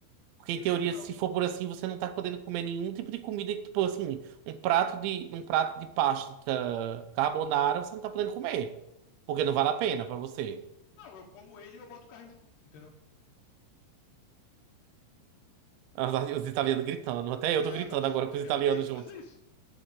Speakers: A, on the right; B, on the left.
A: Porque,
B: Eu
A: em
B: diria
A: teoria,
B: que não.
A: se for por assim, você não tá podendo comer nenhum tipo de comida, tipo assim, um prato de, um prato de pasta carbonara, você não tá podendo comer. Porque não vale a pena pra você.
B: Não, eu como ele e eu boto carne junto, entendeu?
A: <laughs> Os os italianos gritando, até eu
B: É,
A: tô gritando
B: mas
A: agora com
B: é,
A: os italianos
B: eu tenho que
A: junto.
B: fazer isso.